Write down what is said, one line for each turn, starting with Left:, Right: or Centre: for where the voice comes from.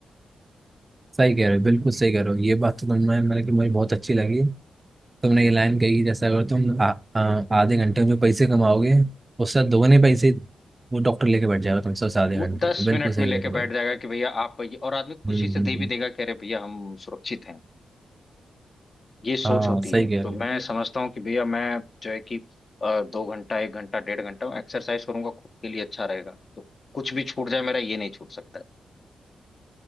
Right: सही कह रहे हो बिल्कुल सही कह रहे हो ये बात तो तुमने मतलब कि मुझे बहुत अच्छी लगी तुमने ये लाइन कही जैसे अगर तुम आ, आ, आधे घंटे में पैसे कमाओगे उससे दोगुने पैसे वो डॉक्टर लेके बैठ जाएगा तुमसे उस आधे
Left: वो
Right: घंटे
Left: दस
Right: के। बिल्कुल
Left: मिनट
Right: सही
Left: में लेके
Right: कह रहे हो
Left: बैठ
Right: भाई
Left: जाएगा कि भैया आप ये और आदमी खुशी
Right: हम्म हम्म
Left: से दे
Right: हम्म।
Left: भी देगा कह रहे भैया हम सुरक्षित हैं ये सोच
Right: हाँ
Left: होती
Right: सही
Left: है
Right: कह
Left: तो
Right: रहे
Left: मैं
Right: हो
Left: समझता हूँ कि भैया मैं जो है कि अ, दो घंटा एक घंटा डेढ़ घंटा एक्सरसाइज करूंगा खुद के लिए अच्छा रहेगा तो कुछ भी छूट जाए मेरा ये नहीं छूट सकता है।